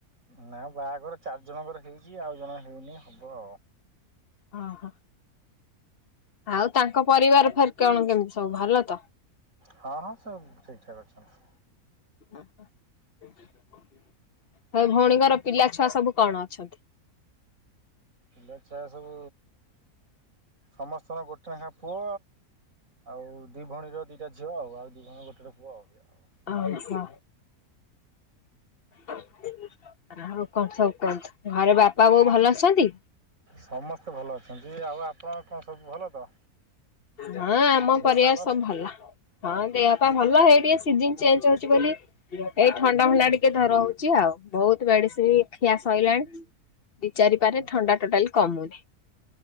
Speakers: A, on the right; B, on the left.
A: ନା ବାହାଘର ଚାରିଜଣଙ୍କର ହେଇଚି ଆଉ ଜଣକର ହେଇନେହିଁ ହବ।
B: ଓହୋ ଆଉ ତାଙ୍କ ପରିବାର ଫେରେ କଣ କେମିତି ସବୁ ଭଲ ତ?
A: ହଁ ହଁ ସବୁ ଠିକ୍ ଠାକେ ଅଛନ୍ତି।
B: ଆଉ ଭୋଉଣୀଙ୍କର ପିଲାଛୁଆ ସବୁ କଣ ଅଛନ୍ତି?
A: ପିଲାଛୁଆ ସବୁ ସମସ୍ତଙ୍କର ଗୋଟେ ନେଖା ପୁଅ। ଆଉ ଦି ଭୋଉଣୀର ଦିଟା ଝିଅ ଆଉ ଆଉ ଦି ଭୋଣୀର ଗୋଟେ ଗୋଟେ ପୁଅ ଆଉ ଏଇଆ।
B: ଓହୋ। ଆଉ କଣ ସବୁ କୁହନ୍ତୁ ଘରେ ବାପା ବୋଉ ଭଲ ଅଛନ୍ତି?
A: ସମସ୍ତେ ଭଲ ଅଛନ୍ତି ଆଉ ଆପଣ କଣ ସବୁ ଭଲ ତ?
B: ହଁ ଆମ
A: ଦେହ
B: ପରିବାର
A: ପା
B: ସବୁ ଭଲ। ହଁ ଦେହପା ଭଲ ଏଇ ଟିକେ ସିଜିନି ଚେଞ୍ଜେ ହଉଚି ବୋଲି ଏଇ ଥଣ୍ଡା ଫଣ୍ଡା
A: ହୁଁ
B: ଟିକେ ଧର ହୋଉଚି। ଆଉ ବହୁତୁ ମେଡ଼ିସିନ୍ ଖିଆ ସଇଲାଣି ଦି ଚାରିପାରେ
A: ଆଚ୍ଛା
B: ଥଣ୍ଡା ଟୋଟାଲି କମୁନି